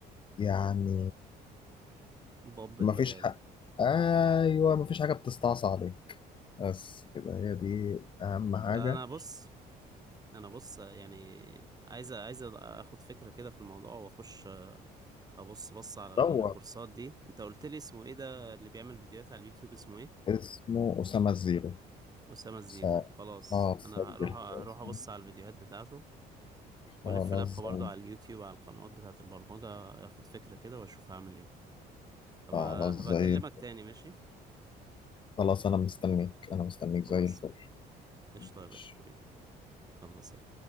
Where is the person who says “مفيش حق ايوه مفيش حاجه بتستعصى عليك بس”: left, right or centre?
Left